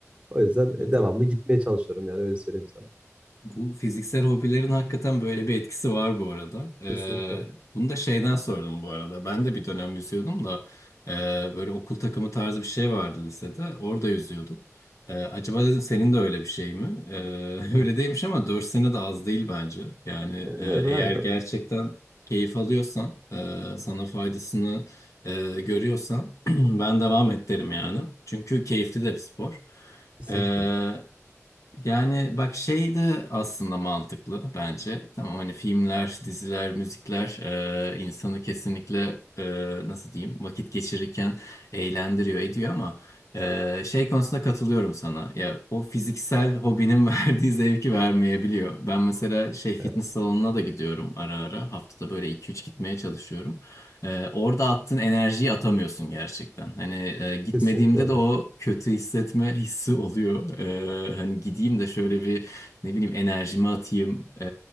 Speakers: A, on the right; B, on the left.
A: O yüzden e,
B: Evet,
A: devamlı
B: evet.
A: gitmeye çalışıyorum yani öyle söyleyeyim sana.
B: Bu fiziksel hobilerin hakikaten böyle bir etkisi var bu arada. Ee,
A: Kesinlikle.
B: bunu da şeyden sordum bu arada. Ben de bir dönem yüzüyordum da e, böyle okul takımı tarzı bir şey vardı lisede. Orada yüzüyordum. Ee, acaba dedim senin de öyle bir şey mi? Ee,
A: Yok.
B: <laughs> öyle değilmiş ama 4 sene de az değil bence. Yani
A: E, Evet
B: e,
A: aynen.
B: eğer gerçekten keyif alıyorsan, e, sana faydasını e, görüyorsan <clears throat> ben devam et derim yani. Çünkü keyifli de bir spor.
A: Kesinlikle.
B: Ee, yani bak şey de aslında mantıklı bence. Tamam hani filmler, diziler, müzikler e, insanı kesinlikle e, nasıl diyeyim vakit geçirirken eğlendiriyor ediyor ama e, şey konusunda katılıyorum sana. Ya o fiziksel hobinin <laughs> verdiği zevki vermeyebiliyor. Ben mesela şey fitness
A: Evet.
B: salonuna da gidiyorum ara ara. Haftada böyle iki üç gitmeye çalışıyorum. Ee, orada attığın enerjiyi atamıyorsun gerçekten. Hani e, gitmediğimde
A: Kesinlikle öyle.
B: de o kötü hissetme hissi oluyor. Ee, hani gideyim de şöyle bir ne bileyim enerjimi atayım. Ee,